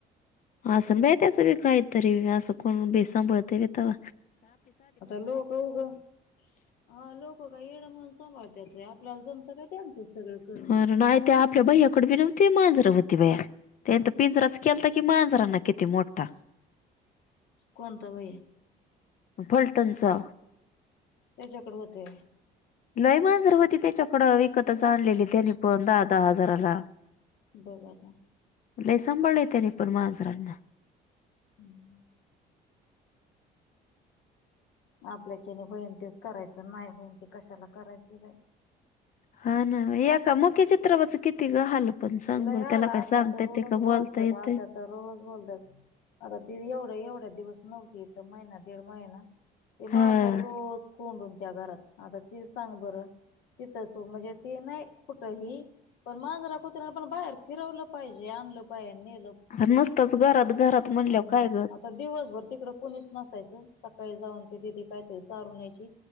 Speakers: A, on the left (about 50°); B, on the left (about 80°).
A: असं ब त्याच बी काहीतरी असं कोण बि सांभळतता.
B: आता लोक उघं हा लोक का येड म्हण सांभाळतत. आपला जमत का त्यांचं सगळं करणं.
A: अर नाही ते आपल्या भै्याकड बी नव्हते माझा होती त्यांत पिंजराच केल तर की मांजराना किती मोठा
B: कोणता व्हय
A: फल्टनचा.
B: त्याच्याकडे
A: <inaudible>
B: होते
A: लयमान सर्व ति त्याच्या. थोड विकत सांलेली तेेनप आ दहा हजारला.
B: बघाला.
A: सांभाळलंय त्याने पण मजरांना.
B: हम्म. आपल्याच्याने होईन तेच करायचं नाही होईन ते कशाला करायचे बा.
A: हा ना या का मुख्य चित्रापच किती हाल. पण सांग
B: नाही
A: बरं
B: आला
A: त्याला काय
B: आता
A: सांगता
B: तर
A: येते
B: रोज
A: का
B: बोलतात
A: बोलता येते
B: आता तर रोज बोलतात. आता ती एवढे एवढे. दिवस नव्हथ महिना दीड महिना ते
A: हा
B: मांजर रोज कोंडून. त्या घरात आता ती सांग बरं तिथंच म्हणजे त नाही कुठही. पण मांजरा कुत्र पण बाहेर फिरवलं पाहिजे आणलं पाहिजे.
A: र नसतच घरात घरात. म्हणल्यावर
B: हम्
A: काय ग
B: आता दिवसभर तिकड कोणीच नसायचं सकाळी जाऊन ते दिदी कायतरी ारून न्याय